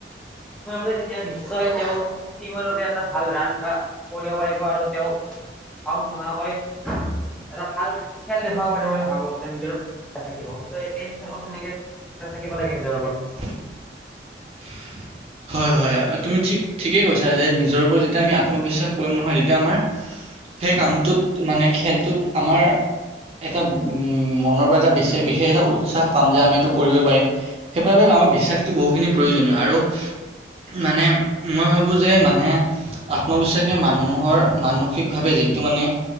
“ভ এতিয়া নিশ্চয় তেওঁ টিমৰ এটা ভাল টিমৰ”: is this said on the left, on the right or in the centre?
Centre